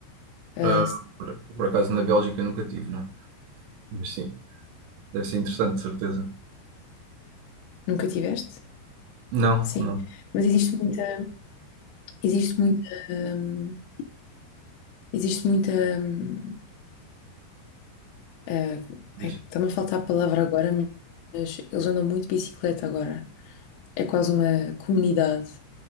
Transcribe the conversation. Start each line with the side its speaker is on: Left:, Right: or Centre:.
Left: Ah,
Right: Ah,
Left: se-
Right: por, por acaso na Bélgica nunca tive, não? Mas sim, deve ser interessante, de certeza.
Left: nunca tiveste?
Right: Não,
Left: Sim,
Right: não,
Left: mas existe muita, existe muita, hum, existe muita, hum, eh,
Right: diz.
Left: ai, está-me a faltar a palavra agora, mas eles andam muito de bicicleta agora. É quase uma comunidade.